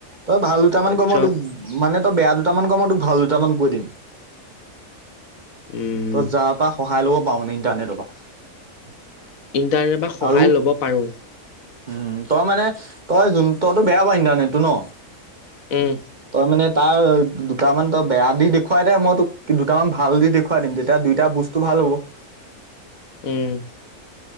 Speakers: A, on the right (about 35°); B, on the left (about 65°).
A: তই ভাল দুটামান
B: তাৰপিছত
A: কম তোক মানে তই বেয়া দুটামান কম তোক ভাল দুটা দুটামান কৈ দিম <inaudible>
B: উম
A: তই যাৰ পৰা সহায় ল'ব পাৰো মানে ইণ্টাৰনেটৰ পৰা <inaudible>
B: ইণ্টাৰনেট বা সহায়
A: আৰু
B: লব পাৰো
A: উম তই মানে তই যোন টোয় বেয়া ইটাৰনেটটো ন
B: উম,
A: তই মানে তাৰ দুটামান তই বেয়া দি দেখুৱাই দে মই তোক দুটামান ভাল দি দেখুৱাই দিম তেতিয়া দুইটা বস্তু ভাল হেল্লো <inaudible>
B: উম <inaudible>